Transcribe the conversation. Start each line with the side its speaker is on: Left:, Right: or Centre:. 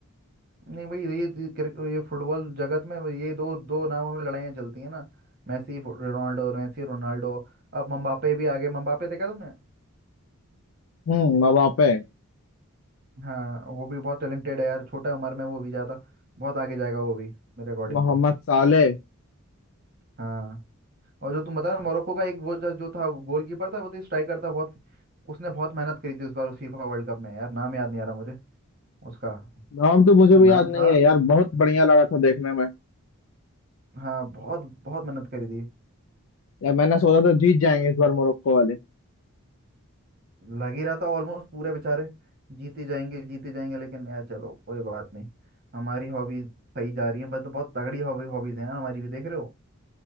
Right: नहीं भाई ये ये क्रिक- ये फुटबॉल जगत में ये दो दो नामों में लड़ाइयाँ चलती हैं ना Messi फु- Ronaldo Messi Ronaldo अब मम्बापे भी आगे मम्बापे देखा तुमने
Left: हम्म मवापे
Right: हाँ वो भी बहुत टैलेंटेड है यार छोटा उम्र में वो भी ज़्यादा बहुत आगे जाएगा वो भी मेरे अकॉर्डिंग
Left: मोहम्मद
Right: तो
Left: साले
Right: हाँ और जो तुम बता रहे हो, मोरक्को का एक वो जो जो था गोलकीपर था वो तो स्ट्राइकर था बहुत उसने बहुत मेहनत करी थी उस बार उस फीफा वर्ल्ड कप में यार नाम याद नहीं आ रहा मुझे उसका
Left: नाम तो मुझे
Right: उसका
Left: भी
Right: नाम
Left: याद
Right: था
Left: नहीं है यार बहुत बढ़िया लगा था देखने में
Right: हाँ बहुत बहुत मेहनत करी थी
Left: यार मैंने सोचा था जीत जाएंगे इस बार मोरक्को वाले
Right: लग ही रहा था ऑलमोस्ट पूरे बेचारे जीत ही जाएंगे जीत ही जाएंगे लेकिन यार चलो कोई बात नहीं हमारी हॉबीज सही जा रही है बट बहुत तगड़ी हॉबी हॉबीज हैं यार हमारी भी देख रहे हो